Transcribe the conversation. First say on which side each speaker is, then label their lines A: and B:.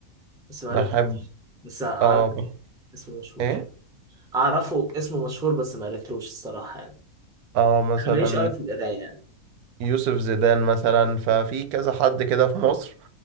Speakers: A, in the centre; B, on the right.
A: بس ما
B: بحب
A: قريتلوش بس عارف
B: اه ب-
A: اسمه مشهور
B: ايه
A: اعرفه اسمه مشهور بس ما قريتلوش الصراحة يعني
B: اه مثلا
A: انا ماليش قوي في القراية يعني
B: يوسف زيدان مثلا ففي كذا حد كده في مصر